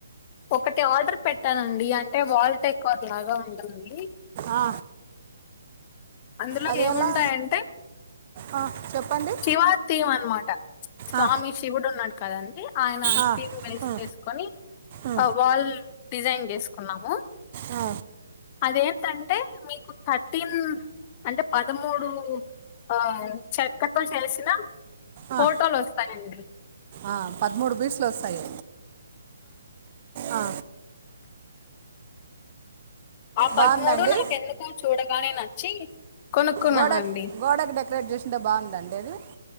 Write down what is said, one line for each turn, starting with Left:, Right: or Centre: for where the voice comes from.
Left: ఒకటి ఆర్డర్ పెట్టానండి అంటే వాల్ డెకార్ లాగా ఉంటుంది.
Right: ఆ
Left: అందులో
Right: అది
Left: ఏముంటాయంటే
Right: ఎలా ఆ, చెప్పండి
Left: శివా తీవన్ అన్మాట స్వామి
Right: ఆ,
Left: శివుడు ఉన్నాడు కదండి ఆయన
Right: ఆ,
Left: థీమ్ బేస్
Right: ఆ,
Left: చేసుకొని
Right: ఆ,
Left: వాళ్ళు డిజైన్ చేసుకున్నాము
Right: ఆ
Left: అదేంటంటే మీకు థర్టీన్ అంటే పదమూడు ఆ చెక్కతో చేసిన ఫోటోలు
Right: ఆ,
Left: వస్తాయండి
Right: ఆ పదమూడు పిసులు వస్తాయి ఆ
Left: ఆ పదమూడు
Right: బాగుందండి
Left: నాకెందుకొ చూడగానే నచ్చి కొనుక్కున్నానండి
Right: గోడక్ గోడకు డెకరేట్ చేసింటే బాగుంద అండి అది